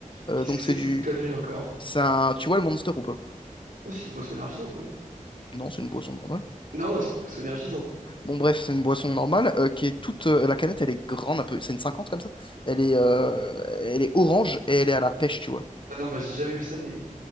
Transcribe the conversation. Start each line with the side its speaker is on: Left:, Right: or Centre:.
Left: Euh,
Right: Qu'est-ce
Left: donc
Right: que c'est
Left: c'est
Right: que
Left: du...
Right: cette connerie encore?
Left: c'est un- tu vois le Monster ou pas?
Right: Oh, c'est une boisson énergisante, ouais.
Left: Non, c'est une boisson normale.
Right: Non, non, c'est une boisson énergisante.
Left: Bon, bref, c'est une boisson normale euh, qui est toute... euh, la canette, elle est grande un peu. C'est une 50 comme ça. Elle est, euh, elle est orange et elle est à la pêche, tu vois.
Right: Ah non, bah, j'ai jamais vu ça, mais